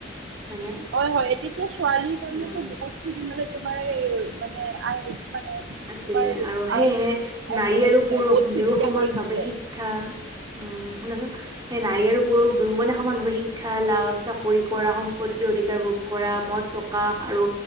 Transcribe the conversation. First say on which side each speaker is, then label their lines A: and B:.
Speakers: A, on the right (about 20°); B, on the right (about 85°).
A: হয়নে?
B: হয় হয় তেতিয়া ছোৱালীৰ কাৰণেতো
A: উম
B: বহুত খিনি মানে তোমাৰ মানে আহ মানে
A: আছিলে
B: তোমাৰ
A: আৰু সেয়েহে
B: আইন আইন
A: নাৰী
B: ওলাইছে
A: আৰু পুৰুষ
B: বহুত সুবিধা
A: দুও সমান
B: কৰি দিছে।
A: ভাৱে শিক্ষা উম, শুনাচোন সেই নাৰী আৰু পুৰুষ দুয়ো মানে সমানভাৱে শিক্ষা লাভ চাকৰি কৰা সম্পত অধিকাৰ ভোগ কৰা মত প্ৰকাশ আৰু